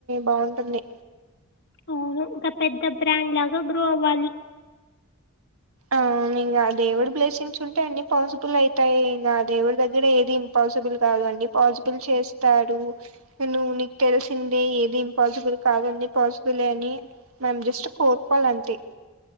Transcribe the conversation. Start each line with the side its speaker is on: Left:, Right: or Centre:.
Right: బావుంటుంది
Left: అవును ఇంకా పెద్ద బ్రాండ్ లాగా గ్రో అవ్వాలి ఆ
Right: అవును ఇంగ ఆ దేవుడు బ్లెస్సింగ్స్ ఉంటే అన్ని పాన్సిబుల్ అయితాయి ఇంగ ఆ దేవుడి దగ్గర ఏది ఇంపాజిబుల్ కాదు అండి పాసిబుల్ చేస్తాడు నువ్వు నీకు తెలిసిందే ఏది ఇంపాసిబుల్ కాదు అన్ని పాసిబులే అని మనం జస్ట్ కోరుకోలంతే